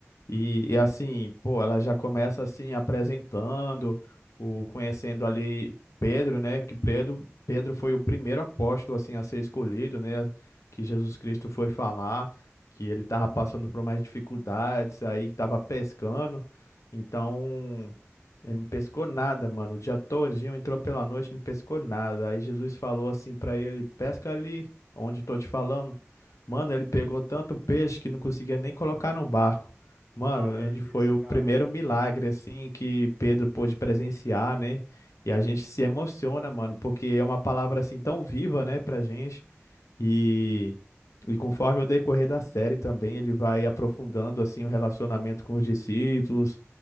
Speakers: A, on the left (about 85°); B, in the centre.
A: E, e assim, pô, ela já começa assim apresentando, o conhecendo ali Pedro, né? Que Pedro, Pedro foi o primeiro apóstolo assim a ser escolhido, né? Que Jesus Cristo foi falar que ele estava passando por mais dificuldades, aí estava pescando. Então, ele não pescou nada, mano. O dia todinho entrou pela noite, não pescou nada. Aí Jesus falou assim para ele: "Pesca ali onde eu tô te falando". Mano, ele pegou tanto peixe que não conseguia nem colocar no barco. Mano,
B: Olha isso,
A: onde foi o
B: cara.
A: primeiro milagre, assim, que Pedro pôde presenciar, né? E a gente se emociona, mano, porque é uma palavra, assim, tão viva, né, pra gente. E, e conforme o decorrer da série também, ele vai aprofundando, assim, o relacionamento com os discípulos,